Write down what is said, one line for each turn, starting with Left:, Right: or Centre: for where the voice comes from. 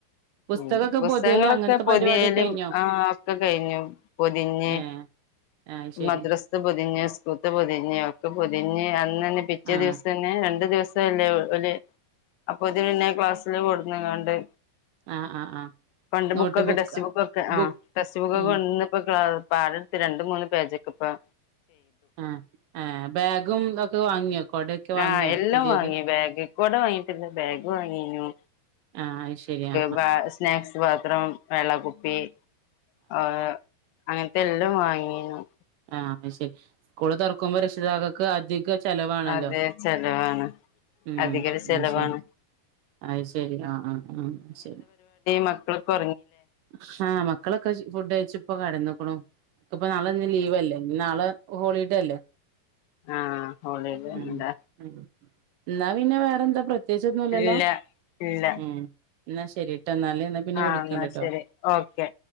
Right: പുസ്തകൊക്കെ
Left: ഉം പുസ്തകങ്ങളൊക്കെ
Right: പൊതിയല് അങ്ങനത്തെ
Left: പൊതിയലും
Right: പരിപാടിയൊക്കെ കഴിഞ്ഞോ
Left: ആ ഒക്കെ കഴിഞ്ഞു പൊതിഞ്ഞ്
Right: ഏഹ് അത് ശരി
Left: മദ്രാസ്ത്ത് പൊതിഞ്ഞ് സ്കൂള്ത്ത് പൊതി ഒക്കെ പൊതിഞ് അ അ തന്നെ പിറ്റേ
Right: ആഹ്
Left: ദിവസം തന്ന രണ്ട് ദിവസം ല്ലേ ഒല് അപ്പൊ ഇത് പിന്നെ ക്ലാസ്സില് കൊടുന്ന് കാണ്ട്
Right: ആഹ് ആഹ് ആഹ്
Left: കൊണ്ട്
Right: നോട്ട്
Left: ബുക്കൊക്കെ
Right: ബുക്ക്
Left: ടെക്സ്റ്റ് ബുക്കൊക്കെ ആ
Right: ബുക്ക്
Left: ടെക്സ്റ്റ് ബുക്കൊക്കെ
Right: ഉം
Left: കൊണ്ട് പ്പേ ക്ലാസ്സ് പാടം എടുത്ത് രണ്ടണ്ട് മൂന്ന് പേജ് ഒക്കെ ഇപ്പം
Right: ആ ആ ബാഗും ഇതൊക്കെ വാങ്ങിയോ കൊടയൊക്കെ വാങ്ങിയോ
Left: ആഹ് എല്ലാം
Right: പുതിയത്?
Left: വാങ്ങി ബാഗ് കൊട വാങ്ങിട്ടില്ല ബാഗ് വാങ്ങീനു.
Right: ആഹ് ശരിയാ.
Left: <unintelligible> സ്നാക്സ് പാത്രം, വെള്ളകുപ്പി ആഹ് അങ്ങനത്തെ എല്ലാം വാങ്ങീനും.
Right: ആ ശരി. സ്കൂൾ തുറക്കുമ്പോ രക്ഷിതാക്കൾക്ക് അധിക ചെലവാണല്ലോ
Left: അതെ ചെലവാണ്
Right: ഉം
Left: അധികൊരു
Right: <unintelligible>
Left: ചെലവാണ്
Right: അത് ശരി ആ ആഹ് ആഹ് ശരി.
Left: മക്കളിപ്പോ
Right: ആഹ് മ മക്കളൊക്കെ ഫുഡ് കഴിച്ച് ഇപ്പ കെടന്നുക്കണു ഇപ്പ നാളെ ഇനി ലീവല്ലേ നാളെ ഹോളിഡേ അല്ലേ?
Left: ആഹ് ഹോളിഡേ
Right: ഉം
Left: ഇണ്ടാ
Right: ഉം എന്നാ പിന്നെ വേറെന്താ പ്രത്യേകിച്ചൊന്നുല്ലല്ലോ?
Left: ഇല്ല ഇല്ല
Right: ഉം എന്ന ശരി. ട്ടെന്നാൽ എന്നാ പിന്നെ
Left: ആഹ്
Right: വിളിക്കണ്ടട്ടോ.
Left: എന്നാ ശരി ഓക്കെ.